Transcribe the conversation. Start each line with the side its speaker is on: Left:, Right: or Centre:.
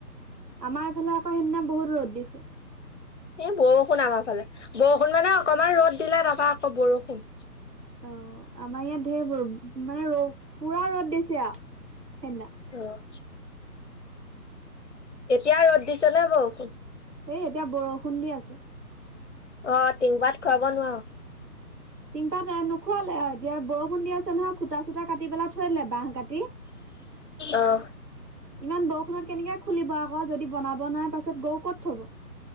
Right: আমাৰ এইফালে আক' সেইদিনা বহুত ৰ'দ দিছে।
Left: এই বৰষুণ আমাৰ ফালে, বৰষুণ মানে অকমান ৰ'দ দিলে, তাৰপৰা আকৌ বৰষুণ।
Right: অ', আমাৰ ইয়াত ধেৰ বৰষুণ, মানে ৰ, পুৰা ৰ'দ দিছে আৰু সেইদিনা।
Left: অ'। এতিয়া ৰ'দ দিছে নে বৰষুণ?
Right: এই এতিয়া বৰষুণ দি আছে।
Left: অ', টিং পাত খুৱাব নোৱাৰো।
Right: টিংপাত এ, নোখুৱালে, এতিয়া বৰষুণ দি আছে নহয় খুটা চুটা কাটি পেলাই থৈ দিলে বাহ কাটি।
Left: অহ।
Right: ইমান বৰষুণত কেনেকে খুলিব আকৌ, যদি বনাব নোৱাৰাৰে পাছত গৰু ক'ত থব।